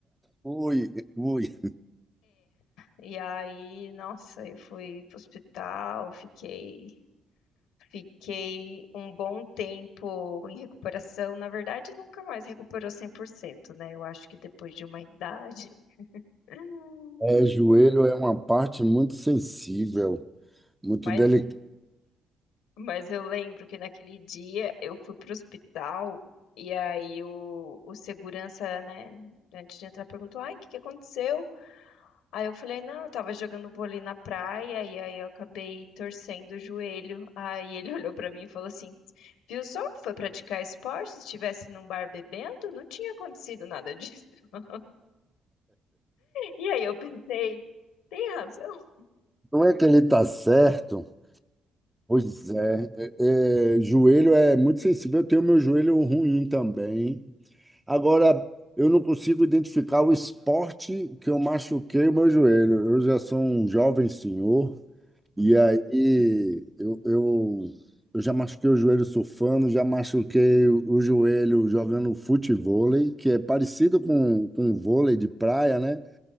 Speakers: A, in the centre; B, on the left.
A: ui, ui.
B: E aí, nossa, eu fui pro hospital, fiquei, fiquei um bom tempo em recuperação. Na verdade, nunca mais recuperou cem por cento né? Eu acho que depois de uma idade. <laughs>
A: É, joelho é uma parte muito sensível, muito
B: Mas
A: delicada.
B: Mas eu lembro que naquele dia eu fui pro hospital e aí o, o segurança, né, antes de entrar, perguntou: Ai, o que que aconteceu? Aí eu falei: Não, eu tava jogando vôlei na praia e aí eu acabei torcendo o joelho. Aí ele <laughs> olhou pra mim e falou assim: Viu só? Foi praticar esporte? Se estivesse num bar bebendo, não tinha acontecido nada disso. <laughs> E aí eu pensei: Tem razão?
A: Não é que ele está certo? Pois é, é, é, joelho é muito sensível. Eu tenho meu joelho ruim também. Agora, eu não consigo identificar o esporte que eu machuquei o meu joelho. Eu já sou um jovem senhor. E aí eu, eu, eu já machuquei o joelho surfando, já machuquei o o joelho jogando futevôlei, que é parecido com, com vôlei de praia, né?